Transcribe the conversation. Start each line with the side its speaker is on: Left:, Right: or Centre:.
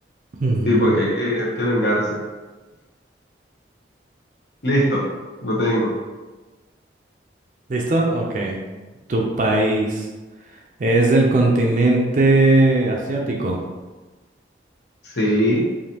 Right: ujú.
Left: Sí, porque hay que, hay que vengarse. Listo, lo tengo.
Right: ¿Listo? Ok. ¿Tu país es del continente asiático?
Left: Sí.